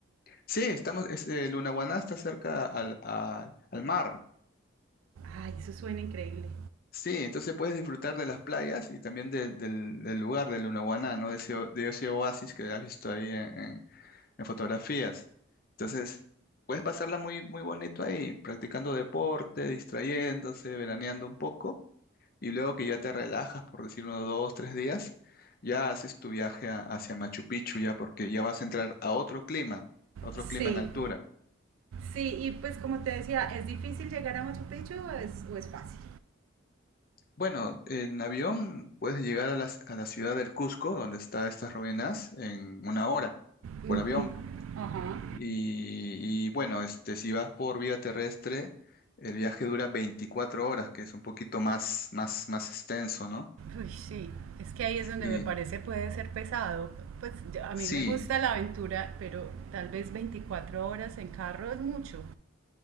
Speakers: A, on the left; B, on the right.
A: Sí, estamos, es, eh, Lunahuaná está cerca al, al al mar.
B: Ay, eso suena increíble.
A: Sí, entonces puedes disfrutar de las playas y también del del- del lugar, de Lunahuaná, ¿no? De ese, o- de ese oasis que has visto ahí en, en- en fotografías. Entonces, puedes pasarla muy, muy bonito ahí, practicando deporte, distrayéndose, veraneando un poco, y luego que ya te relajas, por decir unos dos, tres días, ya haces tu viaje a- hacia Machu Picchu, ya porque ya vas a entrar a otro clima, otro
B: Sí,
A: clima en altura.
B: sí, y pues como te decía, ¿es difícil llegar a Machu Picchu o es, o es fácil?
A: Bueno, en avión puedes llegar a la, a la ciudad del Cusco, donde están estas ruinas, en una hora
B: Ujú,
A: por avión.
B: Ajá.
A: Y, y bueno, este, si vas por vía terrestre, el viaje dura 24 horas, que es un poquito más, más, más extenso, ¿no?
B: Uy, sí, es que ahí es donde
A: Y
B: me parece puede ser pesado. Pues yo- a
A: sí,
B: mí me gusta la aventura, pero tal vez 24 horas en carro es mucho.